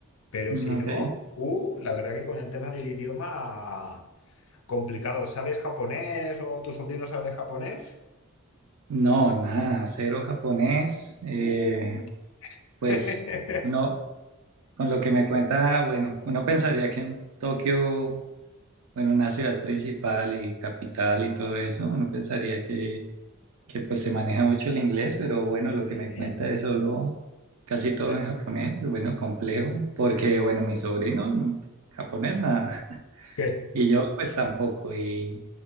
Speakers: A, on the left (about 70°); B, on the right (about 80°).
A: pero
B: mm,
A: si
B: ok.
A: no, uh, la verdad que con el tema del idioma complicado. ¿Sabes japonés o tu sobrino sabe japonés?
B: No, nada, cero japonés, eh,
A: Uh.
B: pues
A: <laughs>
B: no, con lo que me cuenta, bueno, uno pensaría que en Tokio bueno, una ciudad principal y capital y todo eso, uno pensaría que, que pues se maneja mucho el inglés, pero bueno, lo
A: Sí,
B: que me cuenta es solo casi todo
A: sí,
B: en japonés, bueno, complejo, porque
A: sí.
B: bueno, mi sobrino mm, japonés nada,
A: ¿Qué?
B: <laughs> y yo pues tampoco, y,